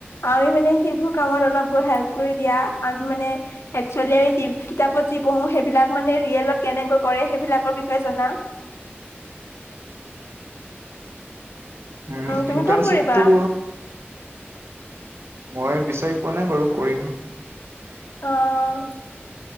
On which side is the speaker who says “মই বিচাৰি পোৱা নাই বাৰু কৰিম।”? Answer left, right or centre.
Right